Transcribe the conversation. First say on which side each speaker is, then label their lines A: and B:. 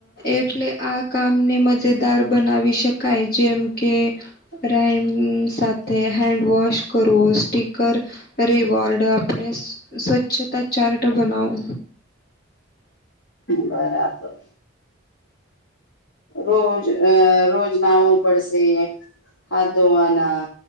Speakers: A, on the left; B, on the left.
A: એટલે આ કામ ને મ- - મજેદાર બનાવી શકાય જેમ કે રેમ સાથે હેન્ડવોશ કરવો સ્ટીકર રિવાર્ડ આપણે સ્વચ્છતા ચાર્ટ બનાઓ
B: બરાબર રોજ રોજ નાવું પડશે હાથ ધોવાના